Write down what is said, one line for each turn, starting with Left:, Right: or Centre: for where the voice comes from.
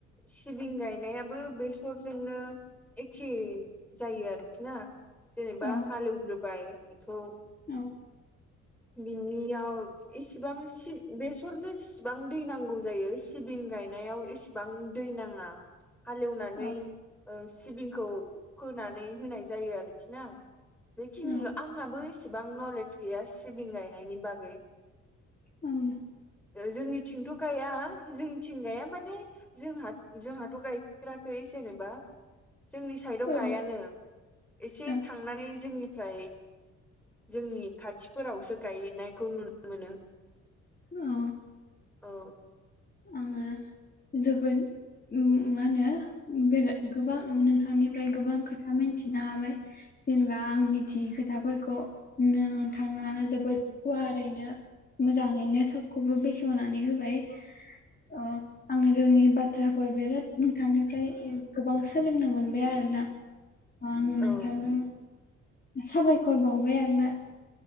Centre: सिबिं गायनायाबो बेसरजोंनो एखे जायो आरोखि ना जेनेबा
Left: औ
Centre: हालेवग्रोबाय बेखौ
Left: औ
Centre: बिनियाव इसिबां बेसरनो इसेबां दै नांगौ जायो सिबिं गायनायाव एसेबां दै नाङा हालेवनानै
Left: औ
Centre: सिबिंखौ फोनानै होनाय जायो आरोखि ना बेखिनिल'
Left: औ
Centre: आंहाबो एसेबां नलेज गैया सिबिं गायनायनि बागै
Left: उम
Centre: ओ जोंनिथिंथ' गाया जोंनिथिं गाया माने जोंहा जोंहाथ' गायफेराखै जेनेबा जोंनि साइडआव
Left: औ
Centre: गायानो एसे
Left: औ
Centre: थांनानै जोंनिफ्राय जोंनि खाथिफोरावसो गायनायखौ नुनो मोनो।
Left: नौ
Centre: औ।
Left: आङो जोबोद उम मा होनो बेरा गोबां नोंथांनिफ्राय गोबां खोथा मिनथिनो हाबाय जेनेबा आं मिथियै खोथाफोरखौ नोंथाङा जोबोद गुवारैनो मोजाङैनो सबखौबो बेखेवनानै होबाय अ आं रोङि बाथ्राफोर बेराद नोंथांनिफ्राय गोबां सोलोंनो मोनबाय आरोना। आं नोंथांजों
Centre: औ
Left: साबायखर बावबाय आरो ना